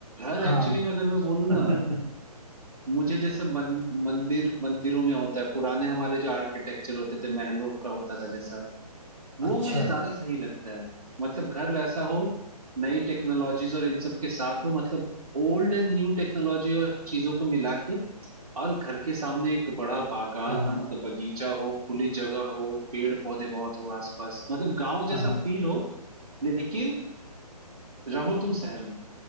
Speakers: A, on the right; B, on the right.
A: हाँ
B: घर एक्चुअली में अगर मैं बोलूँ
A: <laughs>
B: ना
A: हम्म,
B: मुझे जैसे मन, मंदिर मंदिरों में होता है पुराने हमारे जो आर्किटेक्चर होते थे महलों का होता था जैसा वो
A: अच्छा
B: मुझे ज्यादा सही लगता है मतलब घर वैसा हो नई टेक्नोलॉजीज और इन सब के साथ हो मतलब ओल्ड एंड न्यू टेक्नोलॉजी और चीजों को मिला के और घर के सामने एक बड़ा बागान
A: हाँ हाँ
B: मतलब बगीचा हो खुली जगह हो पेड़ पौधे बहुत हो आसपास मतलब गांव
A: हाँ
B: जैसा
A: हाँ
B: फील हो लेकिन रहो तुम शहर में